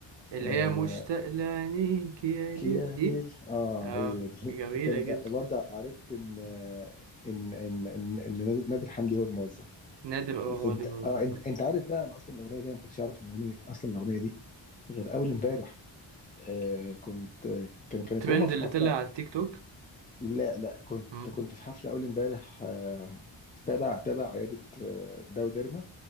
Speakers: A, on the right; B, on the left.
A: اللي
B: آه
A: هي مشتاق لعينيك يا
B: لك
A: ليل
B: يا
A: دي
B: ليل اه
A: اه
B: هي دي
A: جميلة
B: كان
A: جدا
B: برضه عرفت ان ان ان ان, إن نادر حمدي هو الموزع
A: نادر اه هو
B: انت
A: اللي بيوزع.
B: اه انت
A: فعلا.
B: انت عارف بقى انا اصلا الاغنيه دي انا ما كنتش اعرف ان الاغنيه اصلا الاغنيه دي غير اول امبارح آه كنت كان كانت
A: الترند
B: هما في
A: اللي
B: حفله
A: طلع على التيك توك
B: لا لا كنت
A: مم.
B: كنت في حفلة أول امبارح آه، تبع تبع عيادة آه، داو ديرما